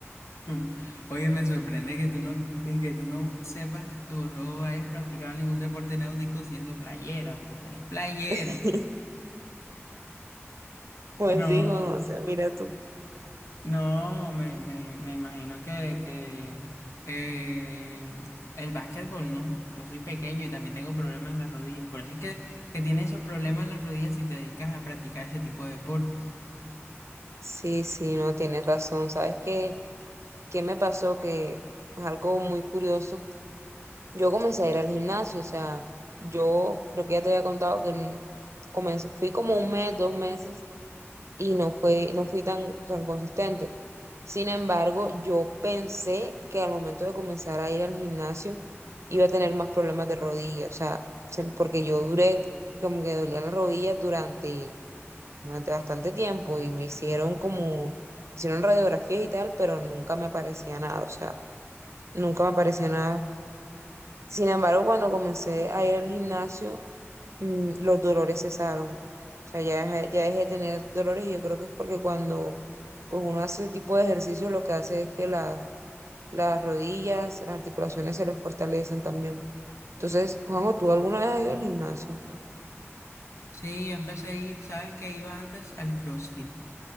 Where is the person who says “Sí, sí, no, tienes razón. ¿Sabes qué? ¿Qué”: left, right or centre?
Right